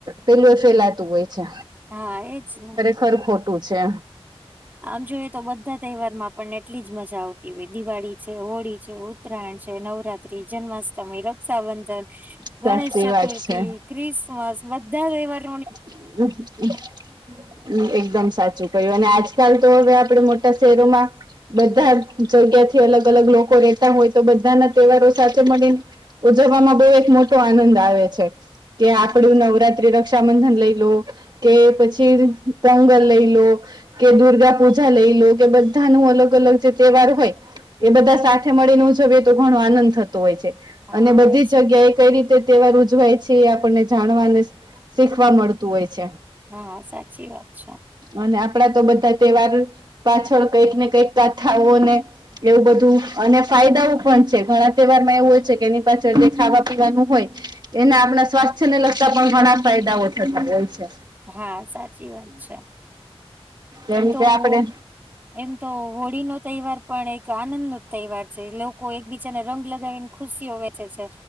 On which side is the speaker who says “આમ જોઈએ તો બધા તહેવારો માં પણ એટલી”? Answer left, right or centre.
Right